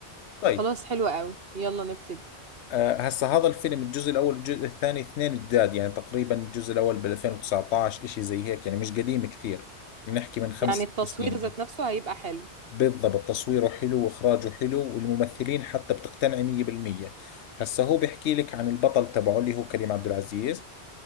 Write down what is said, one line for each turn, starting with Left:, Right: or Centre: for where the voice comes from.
Left: طيب
Right: خلاص حلو قوي يلا نبتدي
Left: آه هسا هذا الفيلم الجزء الأول الجزء الثاني اثنين جداد يعني تقريبا الجزء الأول بال 2019 إشي زي هيك يعني مش قديم كثير بنحكي من خمس
Right: يعني
Left: ست
Right: التصوير
Left: سنين
Right: ذات نفسه هيبقى حلو
Left: بالضبط تصويره حلو وإخراجه حلو والممثلين حتى بتقتنعي 100% هسا هو بيحكي لك عن البطل تبعه اللي هو كريم عبد العزيز